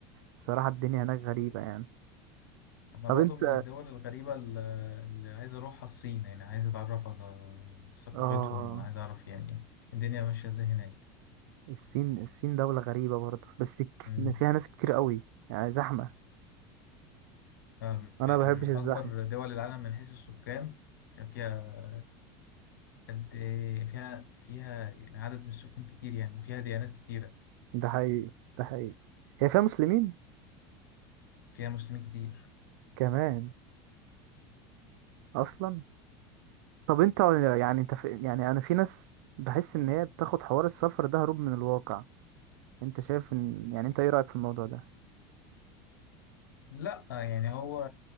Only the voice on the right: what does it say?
الصراحة الدنيا هناك غريبة يعني
طب
انت
اه
الصين الصين دولة غريبة برضو بس ك-
فيها ناس كتير قوي يعني زحمة
انا ما بحبش الزحمة
ده حقيقي ده حقيقي هي فيها مسلمين
كمان اصلا طب انت يعني انت في يعني انا في ناس بحس ان هي بتاخد حوار السفر ده هروب من الواقع انت شايف ان يعني انت ايه رأيك في الموضوع ده